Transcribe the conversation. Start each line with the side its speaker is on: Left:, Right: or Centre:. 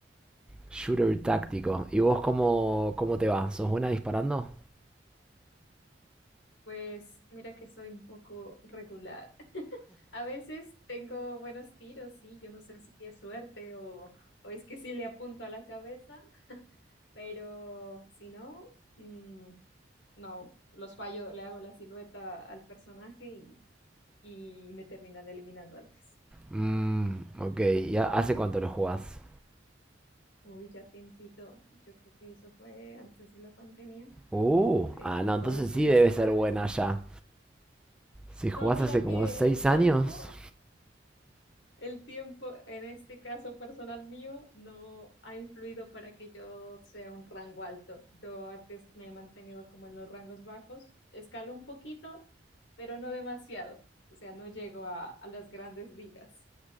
Centre: Shooter táctico. ¿Y vos cómo, cómo te va? ¿Sos buena disparando?
Left: Pues mira que soy un poco regular. A veces tengo buenos tiros, sí, yo no sé si es suerte o, o es que sí le apunto a la cabeza, pero si no, mm, no, los fallo, le hago la silueta al personaje y, y me terminan eliminando antes.
Centre: Mmm, ok. ¿Y ha- hace cuánto lo jugás?
Left: Uy, ya tiempito, yo creo que eso fue antes de la pandemia,
Centre: Uh,
Left: eh,
Centre: ah,
Left: tipo
Centre: no, entonces
Left: dos
Centre: sí
Left: mil diecinueve.
Centre: debe ser buena ya. Si
Left: No,
Centre: jugás
Left: mira
Centre: hace como
Left: que
Centre: 6
Left: el tiempo
Centre: años.
Left: El tiempo, en este caso personal mío, no ha influido para que yo sea un rango alto. Yo antes me he mantenido como en los rangos bajos. Escalo un poquito, pero no demasiado. O sea, no llego a, a las grandes ligas.